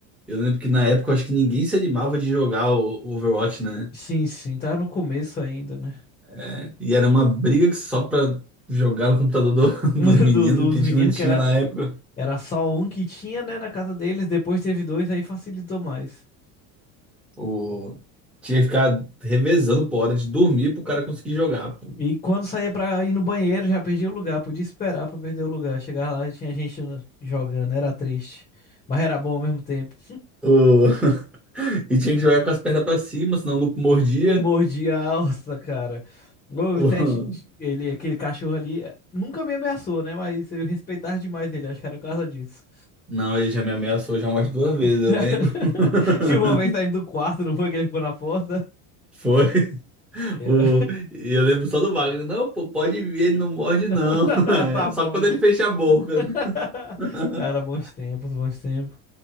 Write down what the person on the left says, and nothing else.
Sim, sim, tava no começo ainda, né?
<laughs>
do- dos
meninos,
que era,
era só um que tinha, né, na casa deles, depois teve dois, aí facilitou mais.
E quando saía pra ir no banheiro, já perdia o lugar, podia esperar pra perder o lugar. Chegava lá, já tinha gente no- jogando, era triste, mas era bom ao mesmo tempo.
Eu mordi a alça, cara. O
Ted,
ele, aquele cachorro ali, eh, nunca me ameaçou, né, mas eu respeitava demais ele, acho que era por causa disso.
<laughs>
Se uma vez saindo do quarto, não foi que ele ficou na porta?
Eu...
<laughs>
Tá bom,
não
vou.
<laughs>
Cara, bons tempos, bons tempos.